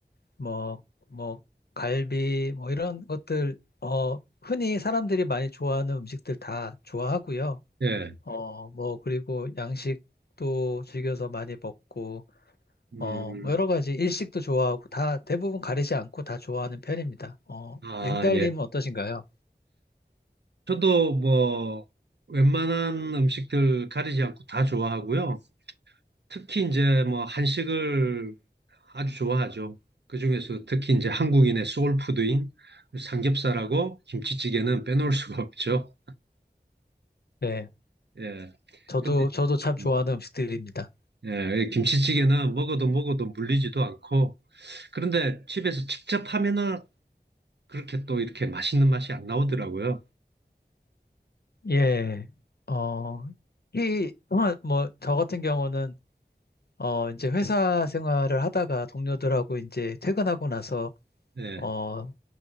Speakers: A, on the left; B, on the right.
A: 뭐, 뭐 갈비, 뭐 이런 것들, 어, 흔히 사람들이 많이 좋아하는 음식들 다 좋아하고요.
B: 예.
A: 어, 뭐 그리고 양식도 즐겨서 많이 먹고
B: 음,
A: 어, 뭐 여러 가지 일식도 좋아하고 다 대부분 가리지 않고 다 좋아하는 편입니다. 어,
B: 아,
A: 링달님은
B: 예.
A: 어떠신가요?
B: 저도 뭐, 웬만한 음식들 가리지 않고 다 좋아하고요. 특히 이제 뭐, 한식을 아주 좋아하죠. 그중에서 특히 이제 한국인의 소울푸드인 삼겹살하고 김치찌개는 빼놓을 수가 없죠.
A: 네,
B: 예.
A: 저도
B: 근데
A: 저도 참
B: 음,
A: 좋아하는 음식들입니다.
B: 예, 이 김치찌개는 먹어도 먹어도 물리지도 않고, 그런데 집에서 직접 하면은 그렇게 또 이렇게 맛있는 맛이 안 나오더라고요.
A: 예, 어, 이, 뭐, 뭐, 저 같은 경우는 어, 이제 회사 생활을 하다가 동료들하고 이제 퇴근하고 나서
B: 예,
A: 어,